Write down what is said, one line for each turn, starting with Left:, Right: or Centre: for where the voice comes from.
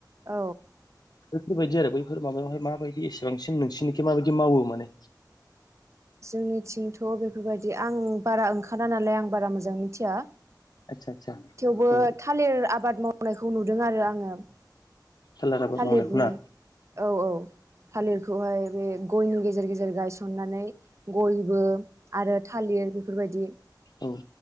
Right: औ
Left: इफोर बायदि आरो बैफ इफोर माबायावहाय माबायदि एसेबांसिम नोंसिनिखि माबायदि मावो माने
Right: जोंनिथिंथ' बेफोरबायदि आं बारा ओंखारा नालाय आं बारा मोजां मिथिया।
Left: आदसा आदसा
Right: थेवबो
Left: औ
Right: थालिर आबाद मावनायखौ नुदों आरो आङोम
Left: सालार आबाद
Right: थालिरनि
Left: मावनायखौ ना
Right: औ औ थालिरखौहाय बे गय नि गेजेर गेजेर गायसननानै गयबो आरो थालिर बेफोरबायदि
Left: औ